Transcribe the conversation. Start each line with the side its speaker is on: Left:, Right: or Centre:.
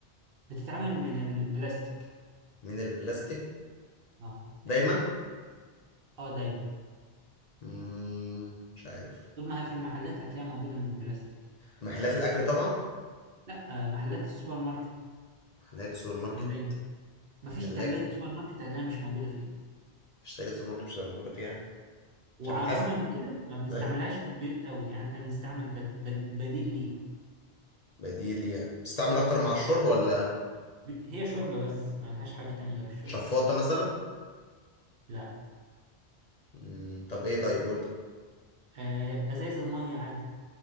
Right: بتتعمل من البلاستيك
Left: من البلاستيك
Right: اه
Left: دايما
Right: اه دايما
Left: مم، مش عارف
Right: طول ما هي في المحلات هتلاقيها موجوده من البلاستيك
Left: محلات الاكل طبعا
Right: لا آه، محلات السوبر ماركت
Left: محلات سوبر ماركت
Right: ثلاجه مفيش
Left: في التلاجة
Right: ثلاجه سوبر ماركت هتلاقيها مش موجوده فيها
Left: مفيش تلاجة سوبر ماركت مش هتبقى موجودة فيها
Right: وعلى
Left: مش عارف نحس
Right: الرغم من كده ما بنستعملهاش
Left: أيوة.
Right: في البيوت قوي يعني احنا بنستعمل بد بد بديل ليها
Left: بديل ليها بتستعمل أكتر مع الشرب ولا
Right: ب- هي شوربة بس ما لهاش حاجة تانية غير الشوربة
Left: شفاطة مثلا
Right: لا
Left: مم. طب إيه طيب قول لي
Right: آه، ازايز المية عادي